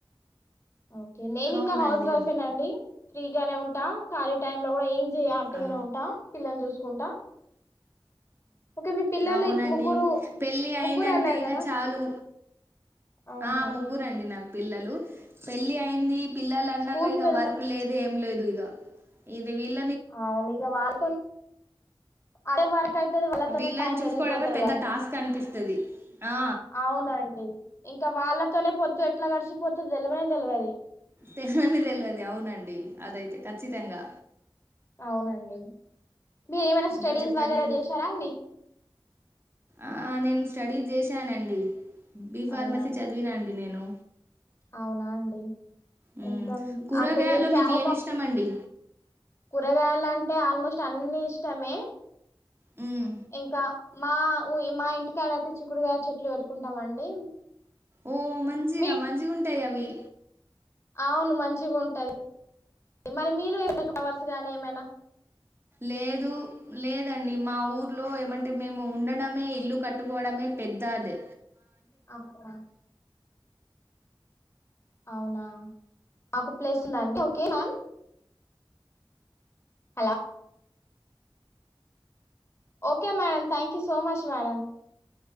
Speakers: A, on the left (about 30°); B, on the right (about 25°).
A: ఓకే నేను ఇంకా
B: అవునండి
A: హౌస్ వైఫేనాండి ఫ్రీగానే ఉంటా ఖాళీ టైమ్ లో కూడా ఏం జ అట్కగానే
B: ఆ
A: ఉంటా పిల్లని చూస్త చూసుకుంటా ఓకే మీ పిల్లలు
B: అవునండి
A: ఇద్- ముగ్గురు
B: పెళ్ళి అయిందంటే
A: ముగ్గురు అన్నారు
B: ఇక
A: కదా
B: చాలు
A: అవును
B: ఆ ముగ్గురండి నాకు పిల్లలు పెళ్లిి అయిన్ని పిల్లలు అన్నాక
A: స్కూల్
B: ఇక
A: కి వెళ్తా
B: వర్క్ లేదు ఏం లేదు ఇగా ఇది విల్
A: అవును ఇక వాళ్ళతో అదే వర్క్ అయితది వాళ్ళతోనే
B: వీళ్ళని
A: టైం
B: చూసుకోవడమే
A: వెళ్ళిపోతుంది
B: పెద్ద
A: గా అండి
B: టాస్క్ అనిపిస్తది ఆ
A: అవునండి ఇంకా వాళ్ళ తోనే పొద్దు ఎట్లా గడిసిపోతది తెలవనే తెలివది
B: తెల్వానే తెల్వదు అవునండి అదైతే ఖచ్చితంగా
A: అవునండి మీరు ఏమైనా స్టడీస్
B: ఇంకా చెప్పండి
A: వగేర చేసారా అండి
B: ఆ! నేను స్టడీ చేశానండి బి ఫార్మసీ
A: అవునా అండి
B: చదివినండి నేను
A: అవునా అండి
B: ఉహ్
A: ఇంకా మ్
B: కూరగాయలో
A: అంటే మీరు ఫ్యా
B: మీకు
A: ఒక
B: ఏం ఇష్టం అండి
A: కూరగాయలు అంటే ఆల్మోస్ట్ అన్ని ఇష్టమే
B: హ్మ్.
A: ఇంకా మా ఊ మా ఇంటికాడ అయితే చిక్కుడుకాయ చెట్లు పెట్టుకుంటామండి
B: ఓ మంచిగా
A: మీ
B: మంచిగుంటయి అవ్వి
A: అవును మంచిగా ఉంటది మరి మీరు ఏ ఫ్లవర్స్ గాని ఏమైనా
B: లేదు లేదండి మా ఊర్లో ఏమం అంటే మేము ఉండడమే ఇల్లు కట్టుకోవడమే పెద్దఅది
A: ఆహా అవునా మాకు ప్లేసు ఉందండీ okay ma'am hello okay madam thank so much madam